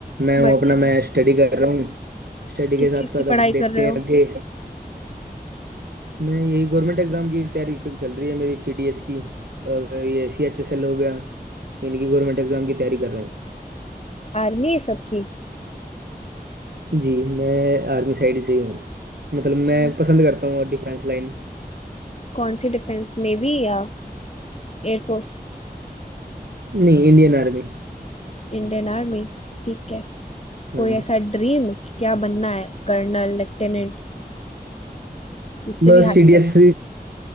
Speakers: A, on the right; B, on the left.
A: मैं हूँ
B: बढ़िया
A: अपना
B: है
A: मैं स्टडी कर रहा हूँ स्टडी
B: किस
A: के साथ
B: चीज़
A: साथ
B: की पढ़ाई
A: अब
B: कर
A: देखते
B: रहे हो
A: हैं आगे मैं यही गवर्नमेंट एग्जाम की तैयारी क- चल रही है मेरी सीडीएस की और ये सीएचएसएल हो गया इनकी गवर्नमेंट एग्जाम की तैयारी कर रहा हूँ
B: आर्मी है सबकी
A: जी मैं आर्मी साइड से ही हूँ मतलब मैं
B: अम,
A: पसंद करता हूँ और डिफेंस लाइन
B: कौन सी डिफेंस नेवी या एयरफोर्स
A: नहीं इंडियन आर्मी
B: Indian army ठीक है
A: हाँ
B: कोई
A: जी
B: ऐसा ड्रीम कि क्या बनना है कर्नल लेफ्टिनेंट इससे
A: बस
B: भी हाई
A: सीडीएस
B: पोस्ट